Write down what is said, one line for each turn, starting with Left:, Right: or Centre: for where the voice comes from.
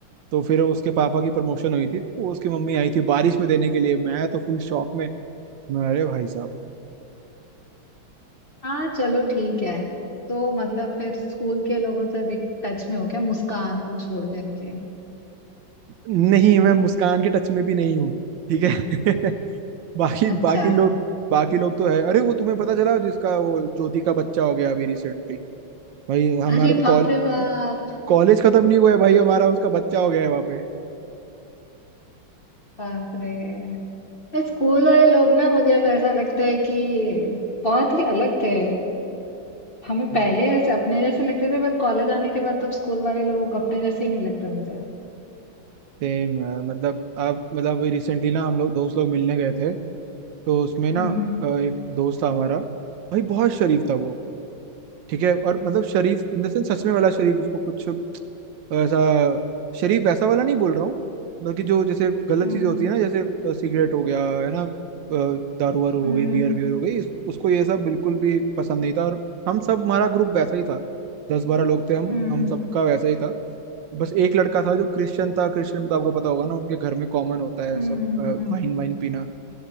Right: तो फिर उसके पापा की प्रमोशन हुई थी तो उसकी मम्मी आई थी बारिश में देने के लिए मैं तो फुल शॉक में मैं, अरे भाई साहब
Left: हाँ चलो ठीक है तो मतलब फिर स्कूल के लोगों से अभी टच में हो क्या मुस्कान को छोड़ करके
Right: नहीं मैं मुस्कान के टच में भी नहीं हूँ ठीक है <laughs> बाकी
Left: अच्छा
Right: बाकी लोग बाकी लोग तो है अरे वो तुम्हें पता चला जिसका वो ज्योति का बच्चा हो गया अभी रिसेंटली भाई हमारा
Left: अरे
Right: तो
Left: बाप
Right: कॉल
Left: रे बाप
Right: कॉलेज खत्म नहीं हुआ है भाई हमारा उसका बच्चा हो गया है वहां पे
Left: बाप रे स्कूल वाले लोग ना मुझे अब ऐसा लगता है कि बहुत ही अलग थे हमें
Right: सेम
Left: पहले ऐसे अपने जैसे लगते थे बट कॉलेज आने के बाद तो अब स्कूल वाले लोग अपने जैसे ही नहीं लगते मुझे
Right: यार मतलब आप मतलब रिसेंटली ना हम लोग दोस्त लोग मिलने गए थे तो उसमें ना
Left: हम्म
Right: अ, एक दोस्त था हमारा भाई बहुत शरीफ था वो ठीक है और मतलब शरीफ इन द सेंस सच में वाला शरीफ उसको कुछ ऐसा शरीफ वैसा वाला नहीं बोल रहा हूँ बल्कि जो जैसे गलत
Left: हम्म
Right: चीजें होती है ना जैसे अ, सिगरेट हो गया है ना अ, दारू वारू
Left: हम्म
Right: हो गई बियर वियर हो गई इस, उसको ये सब बिल्कुल भी पसंद नहीं था और हम सब हमारा ग्रुप वैसा ही था दस बारह लोग थे हम
Left: हम्म
Right: हम सबका वैसा ही था बस एक लड़का था जो क्रिश्चियन था क्रिश्चियन में तो आपको पता होगा ना उनके घर में कॉमन होता है
Left: हम्म
Right: सब
Left: हम्म
Right: वाइन वाइन पीना